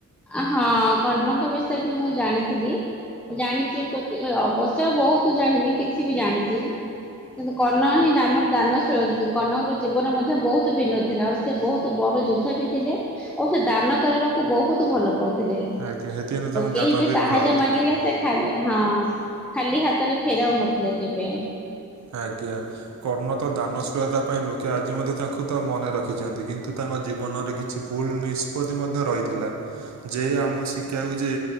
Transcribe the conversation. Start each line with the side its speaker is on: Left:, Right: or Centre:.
Centre: ହଁ କର୍ଣ୍ଣଙ୍କ ବିଷୟ ବି ମୁଁ ଜାଣିଥିଲି। ଜାଣିଛି ବାକି ଅବଶ୍ୟ ବହୁତ ଜାଣିନି କିଛି ବି ଜାଣିଛି। କିନ୍ତୁ କର୍ଣ୍ଣ ହିଁ ଆମର ଦାନଶୀଳ କର୍ଣ୍ଣଙ୍କର ଜୀବନ ମଧ୍ୟ ବହୁତ ଭିନ୍ନ ଥିଲା। ସେ ବହୁତ ବଡ ଯୋଦ୍ଧା ବି ଥିଲେ ଆଉ ସେ ଦାନ କରିବାକୁ ବହୁତ ଭଲ ପାଉଥିଲେ।
Right: ଆଜ୍ଞା ସେଥିପାଇଁ ତ ତାଙ୍କୁ
Centre: କେହି
Right: ଦାନବୀର
Centre: ବି ସାହାଯ୍ୟ
Right: କୁହାହଉଥିଲା
Centre: ମାଗିଲେ। ସେ ଖାଲି ହଁ ଖାଲି ହାତରେ ଫେରାଉନଥିଲେ କେବେ।
Right: ଆଜ୍ଞା କର୍ଣ୍ଣ ତ ଦାନଶୀଳତା ପାଇଁ ଲୋକେ ଆଜି ମଧ୍ୟ ତାଙ୍କୁ ତ ମନେ ରଖିଛନ୍ତି, କିନ୍ତୁ ତାଙ୍କ ଜୀବନରେ କିଛି କିଛି ଭୁଲ ନିଷ୍ପତ୍ତି ମଧ୍ୟ ରହିଥିଲା। ଯେ ଆମେ ଶିଖାଉଚି ଯେ